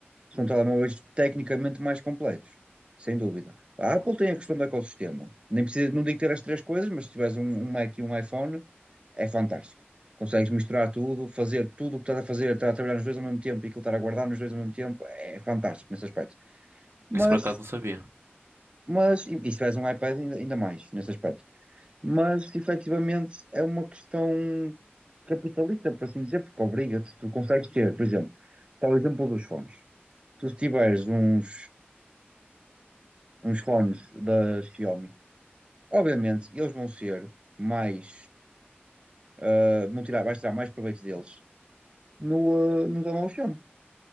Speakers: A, on the right (about 25°); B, on the right (about 75°).
A: São telemóveis tecnicamente mais completos, sem dúvida. A Apple tem a questão do ecossistema. Nem precisa, não digo ter as três coisas, mas se tiveres um, um Mac e um iPhone, é fantástico. Consegues misturar tudo, fazer tudo o que estás a fazer, estar a trabalhar nos dois ao mesmo tempo e aquilo estar a guardar nos dois ao mesmo tempo, é fantástico nesse aspecto. Mas,
B: isso por acaso não sabia.
A: mas, e se tiveres um iPad, ainda, ainda mais nesse aspecto. Mas, efetivamente, é uma questão capitalista, por assim dizer, porque obriga-te, tu consegues ter, por exemplo, está o exemplo dos fones. Tu se tiveres uns uns fones da Xiaomi. Obviamente, eles vão ser mais, ah, vão tirar, vais tirar mais proveito deles no, ah, no telemóvel Xiaomi.